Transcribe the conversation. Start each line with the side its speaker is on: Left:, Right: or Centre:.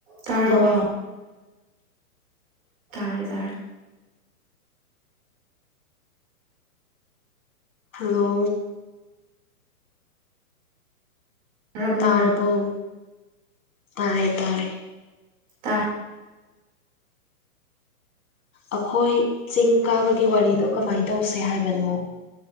Right: ꯇꯥꯔꯣꯔꯕ
Left: hello
Right: ꯇꯥꯔꯦ ꯇꯔ
Left: hello
Right: ꯇꯥꯔꯕꯣ
Left: ꯇꯥꯔꯕꯔꯕꯣ ꯇꯥꯔꯦ ꯇꯥꯔꯦ
Right: ꯇ
Left: ꯑꯩꯈꯣꯏ ꯆꯤꯡ ꯀꯥꯕꯒꯤ ꯋꯥꯔꯤꯗꯣ ꯀꯃꯥꯏ ꯇꯧꯁꯦ ꯍꯥꯏꯕꯅꯣ